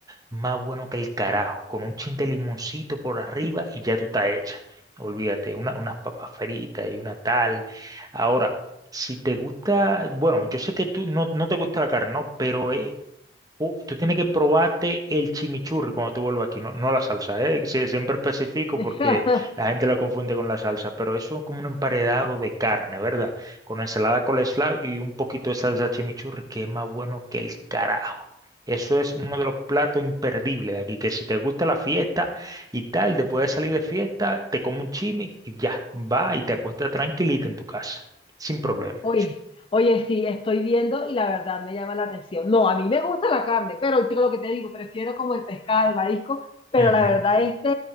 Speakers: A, on the right; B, on the left.
A: más bueno que el carajo, con un chin de limoncito por arriba y ya tú estás hecha. Olvídate, una- unas papas fritas y una tal. Ahora, si te gusta, bueno, yo sé que tú no, no te gusta la carne, ¿no? Pero eh, Uh, tú tienes que probarte el chimichurri cuando tú vuelvas aquí, no, no la salsa, ¿eh? Sí, siempre especifico
B: <laughs>
A: porque la gente lo confunde con la salsa, pero eso es como un emparedado de carne, ¿verdad? Con ensalada coleslaw y un poquito de salsa chimichurri, que es más bueno que el carajo. Eso es uno de los platos imperdibles de aquí, que si te gusta la fiesta y tal, después de salir de fiesta, te comes un chimi y ya, va y te acuestas tranquilito en tu casa, sin problema.
B: Oye, oye, sí, estoy viendo y la verdad me llama la atención. No, a mí me gusta la carne, pero te- lo que te digo, prefiero como el pescado, el marisco, pero
A: Ujú.
B: la verdad este,